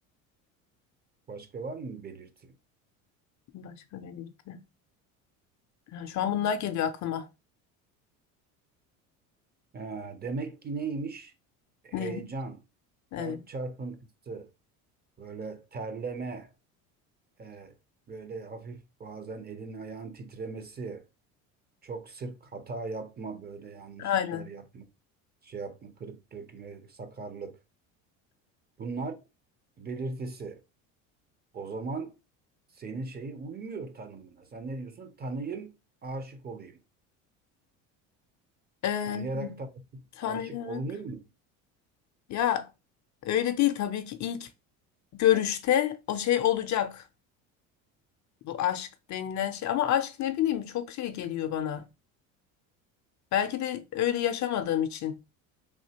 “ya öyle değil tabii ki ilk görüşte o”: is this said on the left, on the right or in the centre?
Left